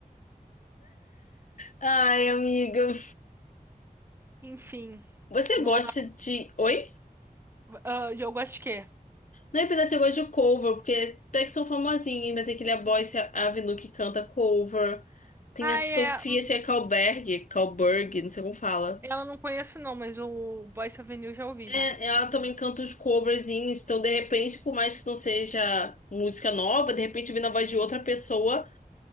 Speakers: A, on the left (about 55°); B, on the right (about 15°).
A: Ai, amiga,
B: Enfim,
A: você
B: vou
A: gosta
B: lá.
A: de... Oi?
B: Ah, o jogo acho que é.
A: Não é pedaço, você gosta de cover, porque até que são famosinhos, ainda tem aquele A Boyce Avenue que canta cover. Tem
B: Ah,
A: a Sofia
B: é.
A: Tchekauberg, Kalberg, não sei como fala.
B: Ela não conheço não, mas o Boyce Avenue eu já ouvi
A: É,
B: já.
A: ela também canta os coverzinhos, então de repente, por mais que não seja música nova, de repente vindo a voz de outra pessoa,